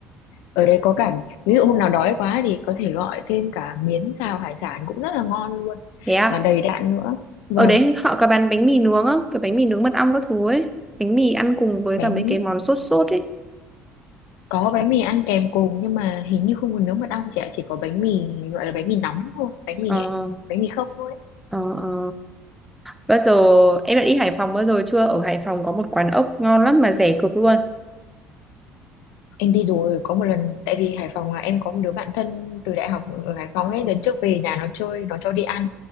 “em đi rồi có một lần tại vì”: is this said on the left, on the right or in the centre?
Left